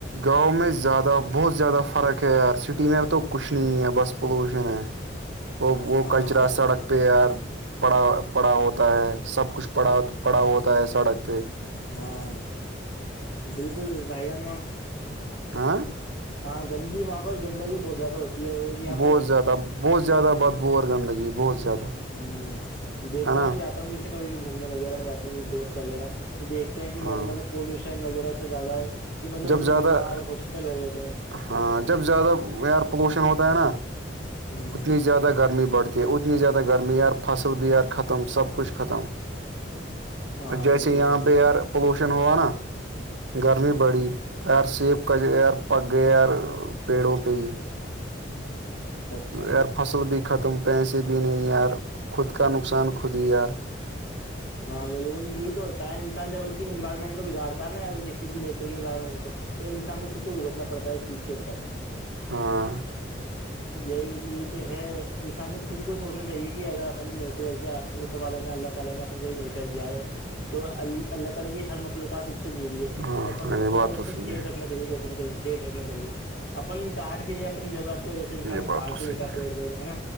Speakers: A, on the right; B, on the left.
A: گاؤں میں زیادہ بہت زیادہ فرق ہے یار سٹی میں ا تو کچھ نہیں ہے بس پولوشن ہے وہ وہ
B: ہاں
A: کچرا سڑک پہ یار پڑا پڑا ہوتا ہے سب کچھ پڑا پڑا ہوتا ہے سڑک پہ
B: ہاں بالکل بھائی جانا
A: آں
B: ہاں گندی وہاں پر گندگ بہت زیادہ ہوتی ہے اور یہاں
A: بہت
B: پر ہ
A: زیادہ بہت زیادہ بدبوور گندگی بہت زیادہ
B: ہوں دیکھ
A: ہے
B: ہوںا
A: نا
B: میں جاتا ہوں جیسے کبھی بھی گھومنے وغیرہ میں جاتا ہوں جیے دوست وغیرہ تو دیکھتے ہیں کہ وہاں
A: ہاں
B: پہ مطلب پولوشن وغیرہ تو زیادہ ہے کہ مطلب
A: جب
B: لوگ
A: زیادہ
B: بیمار ہاسپٹل بھیج رہتے ہیں
A: ہاں جب زیادہ ایئر پولوشن ہوتا ہے نا
B: ہ
A: اتنی زیادہ گرمی بڑتی اتنی زیادہ گرمی یار فصل بھی یار ختم سب کچھ ختم
B: ہاں
A: جیسے
B: بالکل
A: یہاں
B: بالکل
A: پہ ایئر پولوشن ہوا نا گرمی بڑی یار سیب ک یار پگے یار پیڑوں پی
B: اچھا
A: یار فصل بھی ختم پیسے بھی نہیں یار خود کا نقصان خود ہی یار
B: ہاں بالکل یہی توتا ہے انسان جب ا کی انوائرمنٹ کو بگاتا ہے نا کسی چیز کی نیچر کی انوائرمنٹ کو تو انسان کو خود کو بھگتنا پڑتا ہے اس چیز کے اوپر
A: ہاں
B: یہ یہی تو ہے انسان کو خود کو سوچنا چاہیے کہ اگر اپنے نیچے جیسے آپ اوپر والے نے اللہ تعالی نے ان کو ہی نیچر دیا ہے تو اللہ تعالی کی ہر مخلوقات <unintelligible> سے جی رہی ہے
A: ہاں
B: تو اپن
A: ہاں
B: کو
A: یہ
B: کیا
A: بات
B: ہے اس
A: تو
B: کو سیف
A: صحیح
B: رکھنا چاہیے کیسے نہ کیسے سیف رکھنا چاہیے اپن کار بھییے اپنی ضرورت وجہ سے
A: ہے
B: انسان
A: یہ
B: کو
A: بات
B: کاڈ
A: تو
B: بھی
A: صحیح
B: دیتا ہے پیڑ پیڑ ہے نا